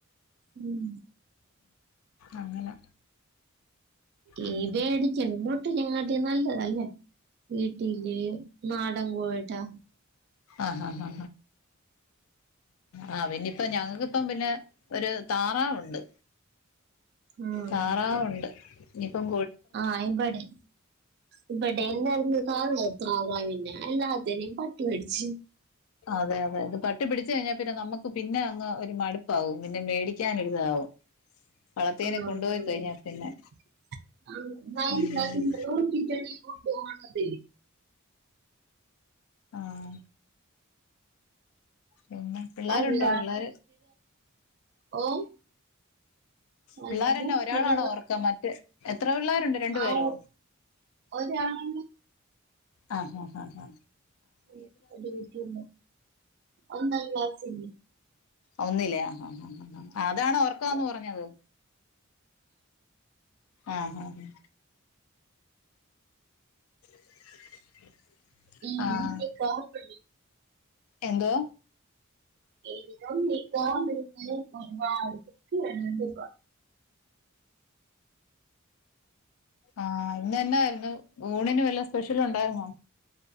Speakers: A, on the right; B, on the left.
A: ഉം
B: അങ്ങനെ
A: ഏയ്
B: ഉം.
A: പേടിക്കണം ഇങ്ങോട്ട ഞങ്ങാട്ടം നല്ലതല്ലേ വീട്ടില് നാടൻ പോയിട്ടാ
B: ആഹഹ ആ പിന്നപ്പ ഞങ്ങക്ക് ഇപ്പം പിന്നെ ഒരു താറാവുണ്ട്
A: ആഹ്
B: താറാവുണ്ട്. നിപു <unintelligible>
A: ആഹ ഇബടെ ഇപ്പട്ടെ എല്ലാവാരും കാറത്രാവാ പിന്നെ എല്ലാത്തനേ പട്ടിപടിച്ച്
B: അതെ അതെ ഇത് പട്ടി പിടിച്ച് കഴിഞ്ഞാ പിന്നെ നമുക്ക് പിന്നെ അങ്ങ് ഒരു മടുപ്പാവും പിന്നെ മേടിക്കാനൊരിതാവും വളർത്തിയനെ
A: ഉം
B: കൊണ്ടുപോയി കഴിഞ്ഞാൽ
A: <unintelligible>
B: പിന്നെ
A: ജണ
B: ഉം
A: ഗോഹണ <unintelligible>
B: ആഹ പിന്നെ പിള്ളേരുണ്ടോ
A: അല്ല
B: പിള്ളേര്
A: ഓ അല്ല
B: പിള്ളേരന്നെ
A: മുട്ടിട
B: ഒരാളാണോ ഓർക്കം മറ്റ് എത്ര പിള്ളേരുണ്ട് രണ്ടു
A: ആവു
B: പേരോ
A: ഒരാളെ
B: ആ ഹാ ഹാ ഹാ
A: ഉം ഒരുകുട്ടി ഉണ്ട് ഒന്നാംക്ലാസിൽ
B: ഒന്നിലാ ഹാ ഹാ ഹാ അതാണ് ഓർക്കാന്ന് പറഞ്ഞത് ആഹ് ആഹ് <unintelligible>
A: <inaudible>
B: ആഹ് എന്തോ
A: <unintelligible>
B: ആഹ് ഇന്നെന്നാരുന്നു ഊണിന് വല്ല സ്പെഷ്യലുണ്ടാര്ന്നോ